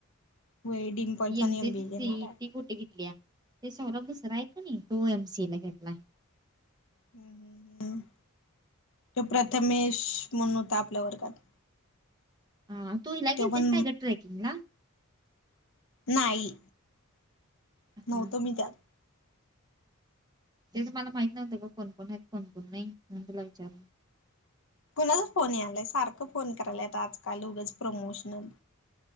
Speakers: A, on the left (about 60°); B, on the right (about 20°).
A: व्हय डिंपल पण
B: एमसीची
A: एमबीए
B: सीटी
A: घेणार हाय
B: कुठे घेतली ते सगर दुसर आहे का नाही तो एमसी ला घेतला
A: हम् हम् हम् तो प्रथमेश म्हण होता आपल्या वर्गात
B: हा तू ह लागेल
A: त्यो पण
B: तेस काय घट ट्रॅकिंग ला
A: नाही
B: हा
A: नव्हतो
B: हा
A: मी त्यातं
B: ते तुम्हाला माहित नव्हतं का कोणकोण हायीत कोणकोण नाही म्हणून तुला विचार
A: कुणाचा फोन यालाय? सारखं फोन करायल आजकाल उगच प्रमोशनल